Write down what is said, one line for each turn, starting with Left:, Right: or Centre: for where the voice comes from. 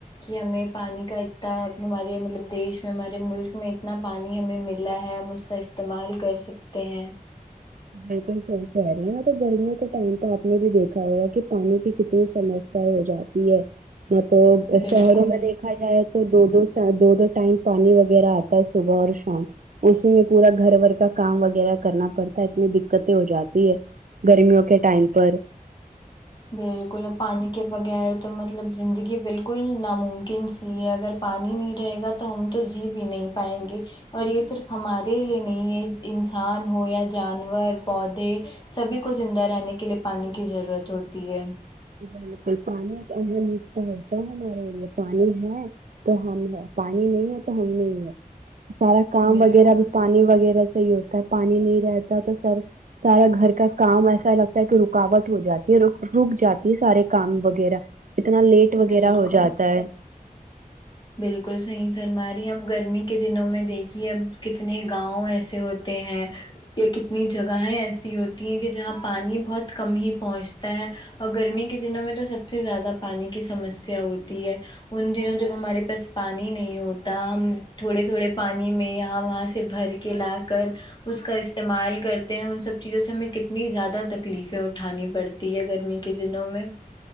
Left: کہ ہمیں پانی کا اتنا ہمارے مطلب دیش میں ہمارے ملک میں اتنا پانی ہمیں ملا ہے ہم اس کا استعمال کر سکتے ہیں
Right: بالکل صحیح کہہ رہی ہیں نا تو گرمیوں کے ٹائم تو آپ نے بھی دیکھا ہوگا کہ پانی کی کتنی سمس ہو جاتی ہے نہ تو
Left: بالکل
Right: شہروں میں دیکھ رکھا جائے تو دو دو دو دو ٹائم پانی وغیرہ آتا ہے صبح اور شام اس میں پورا گھر بور کا کام وغیرہ کرنا پڑتا ہے ا دقتیں ہو جاتی ہے گرمیوں کے ٹائم پر
Left: بالکل اور پانی کے بغیر تو مطلب زندگی بالکل ناممکن سی ہے اگر پانی نہیں رہے گا تو ہم تو جی بھی نہیں پائیں گے اور یہ صرف ہمارے لیے نہیں ہے انسان ہو یا جانور پودے سبھی کو زندہ رہنے کے لیے پانی کی ضرورت ہوتی ہے
Right: بالکل پانی ایک اہم رصہ ہوتا ہے ہمارے لیے پانی ہے تو ہم ہے پانی نہیں ہے تو ہم نہیں ہے سارا کام
Left: بالکل
Right: وغیرہ بھی پانی وغیرہ سے ہی ہوتا ہے پانی نہیں رہتا تو سر سارا گھر کا کام ایسا لگتا ہے کہ رکاوٹ ہو جاتی ہے ر رک جاتی یہ سارے کام وغیرہ اتنا لیٹ وغیرہ
Left: بالکل
Right: ہو جاتا ہے
Left: بالکل صحیح فرما رہی اب گرمی کے دنوں میں دیکھی اب کتنے گاؤں ایسے ہوتے تے ہیں یہ کتنی جگہیں ایسی ہوتی ہیں کہ جہاں پانی بہت کم ہی پہنچتا ہے اور گرمی کے دنوں میں تو سب سے زیادہ پانی کی سمسیا ہوتی ہے ان دنوں جب ہمارے بس پانی نہیں ہوتا ہم تھوڑے تھوڑے پانی میں یہاں وہاں سے بھر کے لا کر اس کا استعمال کرتے ہیں ان سب چیزوں سے ہمیں کتنی زیادہ تکلیفیں اٹھانی پڑ تی ہے گرمی کے دنوں میں